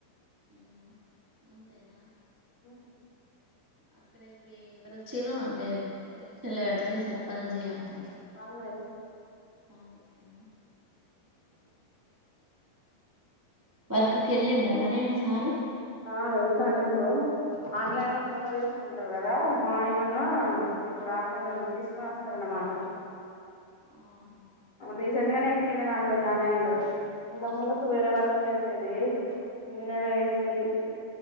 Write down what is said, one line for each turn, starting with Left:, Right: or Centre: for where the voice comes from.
Right: ఆ అంతేనా
Left: ఉ
Right: అక్కడ ఇప్పుడు ఎవరు వచ్చారు అంటే ఎలక్షన్ లో పెడితే సర్పంచ్ అట్లా
Left: కాంగ్రెస్
Right: కాంగ్రెస్ నా వర్ ఇకెళ్ళిండా మరే మీ సారు
Left: ఆ వెళ్తాండు ఇప్పుడు ఆన్లైన్ లో ఫోటో తీసుకుంటారు కదా మార్నింగ్న్న ఇప్పుడు ఆఫ్టర్నూన్ తీసుకొని వస్తారన్నమా మాట
Right: ఆహా
Left: రీసెంట్ గానే ఎక్క్కండు దాంట్లో జాన్ అయిండు ఇంత ముందుకు వేరే వర్కు చేసేది ఇంజనీర్ చేేసేది